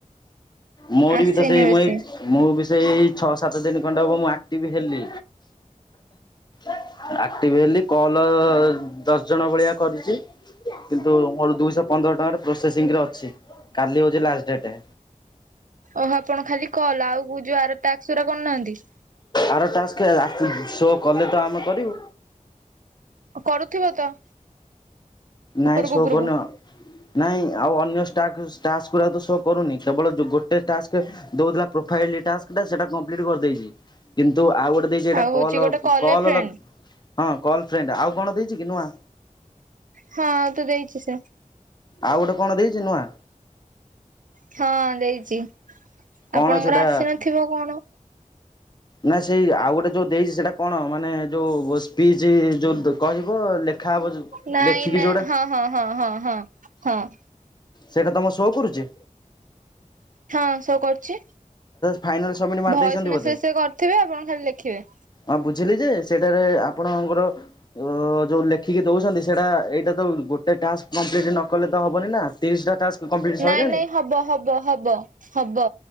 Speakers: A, on the left; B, on the right.
A: ମୋର
B: ଆସିନି
A: ବି ତ ସେଇ
B: ବେଶୀ।
A: ମୋ ଏ ମୁଁ ବି ସେଇ ଇ ଛଅ ସାତ ଦିନି ଖଣ୍ଡେ ହବ ମୁଁ ଆକ୍ଟିଭ ହେଲି। ଆକ୍ଟିଭ ହେଲି କଲ ଦଶ ଜଣ ଭଳିଆ କରିଚି। କିନ୍ତୁ ମୋର ଦୁଇଶହ ପନ୍ଦର ଟଙ୍କାରେ ପ୍ରୋସେସିଂରେ ଅଛି କାଲି ହଉଚି ଲାଷ୍ଟ ଡେଟେ।
B: ଓହୋ ଆପଣ ଖାଲି କଲ ଆଉ କୁ ଯୋଉ ଆର ଟାକ୍ସ ଗୁରା କରୁନାହାନ୍ତି?
A: ଆର ଟାସ୍କେ ଆସିନି ସୋ କଲେ ତ ଆମେ କରିବୁ।
B: କରୁଥିବ ତ? ଉପରକୁ
A: ନାଇଁ ସୋ
B: ଉପରକୁ
A: କରନ। ନାଇଁ ଆଉ ଅନ୍ୟ ଷ୍ଟାକ ଟାସ୍କ ଗୁରା ସୋ କରୁନି କେବଳ ଯୋ ଗୋଟେ ଟାସ୍କେ ଦଉଥିଲା ପ୍ରୋଫାଇଲି ଟାସ୍କ ସେଟା କମ୍ପ୍ଲିଟ କରଦେଇଚି କିନ୍ତୁ ଆଉ ଗୋଟେ ଦେଇଚି ହେଟା
B: ଆଉ ହଉଛି
A: କଲ
B: ଗୋଟେ
A: କଲ
B: ଏ ଫ୍ରେଣ୍ଡ।
A: ଲଗ ହଁ କଲ ଫ୍ରେଣ୍ଡ ଆଉ କଣ ଦେଇଚି କି ନୂଆ?
B: ହଁ ଆଉ ତ ଦେଇଚି ସେ।
A: ଆଉ ଗୋଟେ କଣ ଦେଇଚି ନୂଆ?
B: ହଁ ଦେଇଚି
A: କଣ
B: ଆପଣଙ୍କର
A: ସେଟା
B: ଆସିନଥିବ କଣ?
A: ନା ସେଇ ଆଉ ଗୋଟେ ଯୋଉ ଦେଇଚି ସେଟା କଣ ମାନେ ଯୋଉ ଅ ସ୍ପିଚ ଯୋଉ କହିବ ଲେଖ ଖା ହବ ଯୋଉ
B: ନାଇଁ
A: ଲେଖିକି
B: ନା
A: ଯୋଉଟା
B: ହଁ ହଁ ହଁ ହଁ ହଁ।
A: ସେଟା ତମ ସୋ କରୁଚି?
B: ହଁ ସୋ କରଚି
A: ଫାଇନାଲ ସବମିଟ ମାରିଦେଇଛନ୍ତି
B: ଭଏସ୍ ମେସେଜ
A: ବୋଧେ।
B: ସେ କରଥିବେ ଆପଣ ଖାଲି ଲେଖିବେ।
A: ହଁ ବୁଝିଲି ଯେ ସେଟାରେ ଆପଣଙ୍କର ଅ ଯୋଉ ଲେଖିକି ଦଉସନ୍ତି ସେଡ଼ା ଏଇଟା ତ ଗୋଟେ ଟାସ୍କ କମ୍ପ୍ଲିଟ ନ କଲେ ତ ହବନି ନା ତିରିଶଟା ଟାସ୍କ କମ୍ପ୍ଲିଟ ସଇଲାଣି?
B: ନାଇଁ ନାଇଁ ହବ ହବ ହବ ହବ